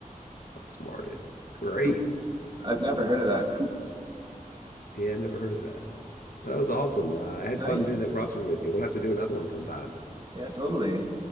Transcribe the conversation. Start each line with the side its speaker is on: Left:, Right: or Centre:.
Left: That's smarted. Great.
Right: Coop. I've never heard of that. Coop.
Left: Yeah, I never heard of that. Well, that was awesome. Uh, I had
Right: Nice.
Left: fun doing that crossword with you. We'll have to do another one sometime.
Right: Yeah, totally.